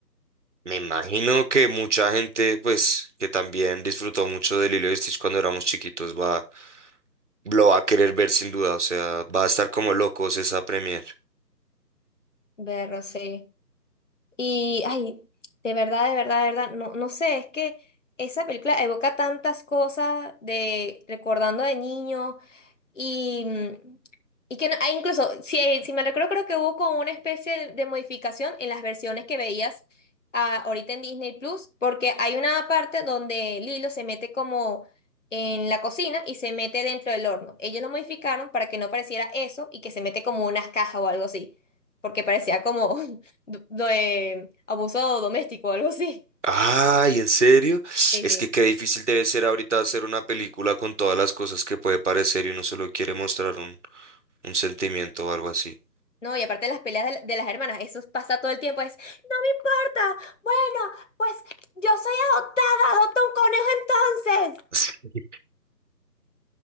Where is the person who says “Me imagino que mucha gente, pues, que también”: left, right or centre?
Right